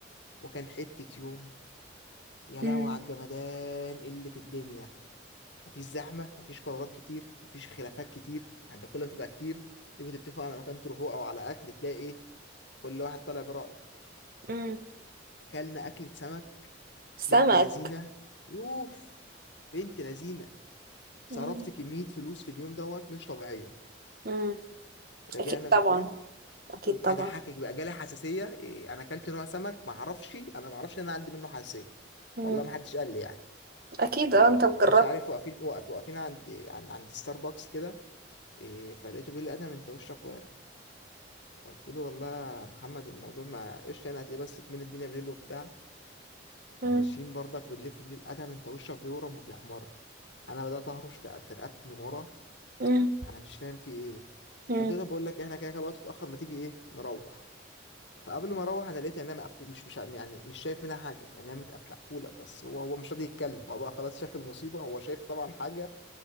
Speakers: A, on the left; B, on the right.
A: وكان حته يوم يا لهوي
B: مم.
A: على الجمدان إيه اللي في الدنيا مفيش زحمه مفيش قرارات كتير مفيش خلافات كتير انت كل ما تبقى كتير تيجوا تتفقوا على مكان تروحوه او على اكل تلاقي ايه كل واحد طالع برأيه
B: مم.
A: اكلنا اكلة سمك
B: سمك
A: بنت لذينة يوف بنت لذينة صرفت
B: مم.
A: كمية فلوس في اليوم دوت مش طبيعية
B: مم.
A: رجعنا
B: أكيد
A: بالليل
B: طبعا أكيد
A: وأضحكك
B: طبعا
A: بقى جالي حساسية إيه، أنا أكلت نوع سمك معرفش أنا معرفش إن أنا عندي منه حساسية
B: مم.
A: والله محدش قال لي يعني
B: أكيد
A: فمش
B: أه أنت مجربت
A: عارف واقفين واقف واقفين عند عند عند ستاربكس كده إيه، فلقيته بيقول لي أدم أنت وشك وارم فقلت له والله يا محمد الموضوع ما قشطة أنا هتلاقيه بس كمين الدنيا بالليل وبتاع احنا
B: مم.
A: ماشيين برضك بنلف بيه القدم انت وشك بيورم وبيحمر انا بدات اهرش في في رقبتي من ورا
B: مم.
A: انا مش فاهم في ايه
B: مم.
A: قلت ده بقول لك احنا كده كده الوقت اتاخر ما تيجي ايه نروح فقبل ما اروح انا لقيت عينيها مقفول مش مش يعني مش شايف منها حاجه عينيها متقف- مقفوله بس هو هو مش راضي يتكلم هو بقى خلاص شاف المصيبه هو شايف طبعا حاجه